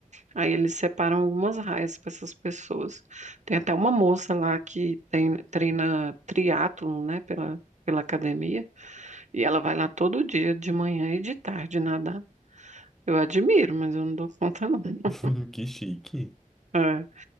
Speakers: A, on the right; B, in the centre.
A: Aí eles separam algumas raias para essas pessoas. Tem até uma moça lá que tem, treina triatlon, né, pela, pela academia, e ela vai lá todo dia, de manhã e de tarde, nadar. Eu admiro, mas eu não dou conta, não. <laughs>
B: <laughs> Que chique.
A: É.